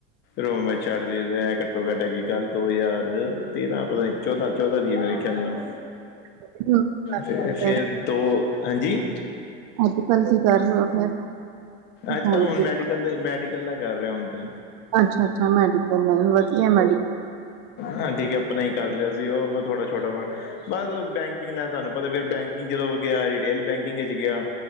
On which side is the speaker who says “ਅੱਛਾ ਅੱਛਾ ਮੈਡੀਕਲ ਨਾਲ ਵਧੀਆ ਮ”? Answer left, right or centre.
Right